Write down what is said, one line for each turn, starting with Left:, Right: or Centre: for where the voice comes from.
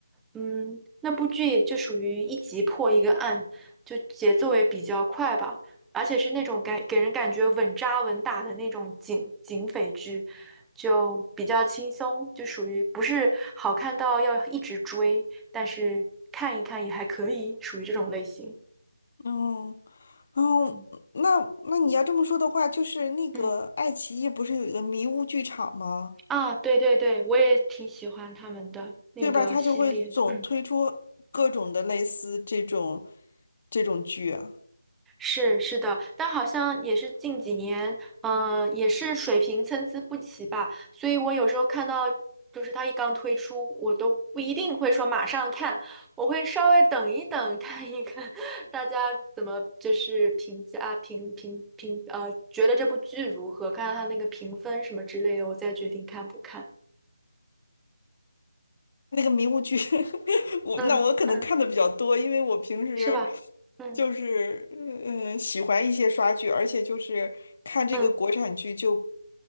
Centre: 嗯，那部剧也就属于一集破一个案，就节奏也比较快吧，而且是那种感给人感觉稳扎稳打的那种警警匪剧，就比较轻松，就属于不是好看到要一直追，但是看一看也还可以，属于这种类型。
Left: 嗯哦，
Centre: 嗯
Left: 那那你要这么说的话，就是那个爱奇艺不是有一个迷雾剧场吗？
Centre: 嗯。啊，对对对，我也挺喜欢他们的那个系列，
Left: 对吧？它就会总推出各种的类似这种
Centre: 嗯，
Left: 这种剧啊。
Centre: 是是的，但好像也是近几年，嗯、也是水平参差不齐吧，所以我有时候看到，就是他一刚推出，我都不一定会说马上看，我会稍微等一等，<laughs> 看一看 <laughs> 大家怎么就是评价啊评评评，呃，觉得这部剧如何，看看他那个评分什么之类的，我再决定看不看。
Left: 那个迷雾剧，<laughs> 我那我可能看的比较多，
Centre: 嗯嗯，
Left: 因为我平时
Centre: 是吧？嗯
Left: 就是嗯、呃喜欢一些刷剧，而且就是看这个国产剧就
Centre: 嗯